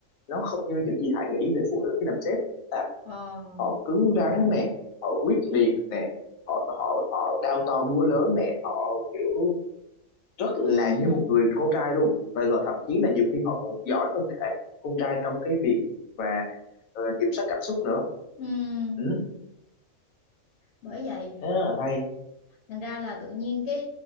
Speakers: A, on the left; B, on the left.
A: nó không như những gì Hải nghĩ về phụ nữ khi làm sếp là
B: ờ
A: họ cứng rắn nè họ quyết liệt nè họ họ họ đao to búa lớn nè họ kiểu rất là
B: ừ
A: như một người con trai luôn và rồi thậm chí là nhiều khi họ còn giỏi hơn cả con trai trong cái việc và ờ, kiểm soát cảm xúc nữa
B: ừ
A: ừ.
B: bởi vậy
A: Đó là hay
B: thành ra là tự nhiên cái